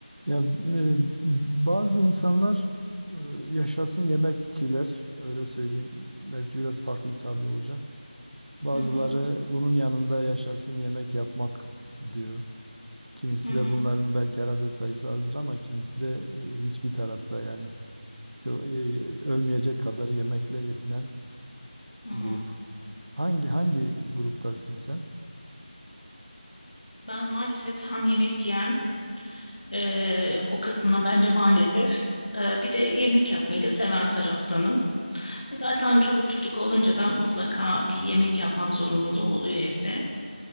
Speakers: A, on the right; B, on the left.
A: Ya e, bazı insanlar e, yaşasın yemekçiler öyle söyleyeyim. Belki biraz farklı bir tabir olacak. Bazıları
B: Hı hı,
A: bunun yanında yaşasın yemek yapmak diyor. Kimisi
B: hı hı,
A: de bunların belki herhalde sayısı azdır ama kimisi de e, hiçbir tarafta yani çok, e, ölmeyecek kadar yemekle yetinen
B: hı hı.
A: grup. Hangi hangi gruptasın sen?
B: Ben maalesef hem yemek yiyen e, o kısmına bence maalesef e, bir de yemek yapmayı da seven taraftanım. E zaten çoluk çocuk olunca da mutlaka bir yemek yapmak zorunluluğu oluyor evde.